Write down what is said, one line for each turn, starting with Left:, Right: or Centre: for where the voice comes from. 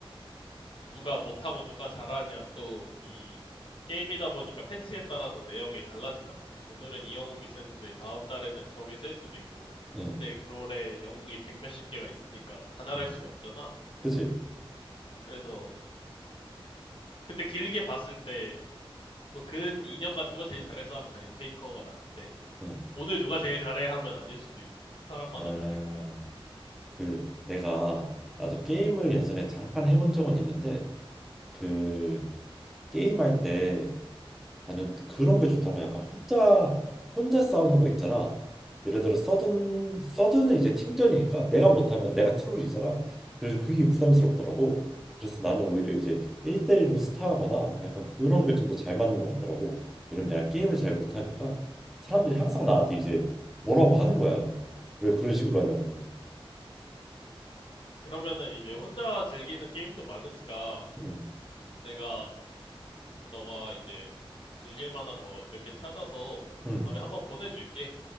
Left: 누가 못하고 누가 잘하냐 또 이 게임이다 보니까 패치에 따라서 내용이 달라진단 말이야. 오늘은 이 영웅이 쓰는데 다음 달에는 저게 쓸 수도 있고.
Centre: 응,
Left: 근데 롤에 영웅이 백 몇십 개가 있으니까 다 잘할
Centre: 응,
Left: 수가 없잖아.
Centre: 그지?
Left: 그래서 근데 길게 봤을 때 뭐 근 2년간 누가 제일 잘했어 하면 당연히 페이커가 맞는데
Centre: 응,
Left: 오늘 누가 제일 잘해 하면 아닐 수도 있어. 사람마다
Centre: 아,
Left: 다를 거야.
Centre: 그 내가 나도 게임을 예전에 잠깐 해본 적은 있는데 그 게임할 때 나는 그런 게 좋더라고. 약간 혼자 혼자 싸우는 거 있잖아. 예를 들어 서든 서든은 이제 팀전이니까 내가 못하면 내가 트롤이잖아. 그래서 그게 부담스럽더라고. 그래서 나는 오히려 이제 1대1로 스타하거나 약간 그런 게 좀 더 잘 맞는 것 같더라고. 왜냐면 내가 게임을 잘 못하니까 사람들이 항상 나한테 이제 뭐라고 하는 거야. 왜 그런 식으로 하냐고.
Left: 그러면은 이제 혼자 즐기는 게임도 많으니까
Centre: 응,
Left: 내가 너가 이제 즐길 만한 거 몇 개 찾아서
Centre: 응.
Left: 다음에 한번 보내줄게.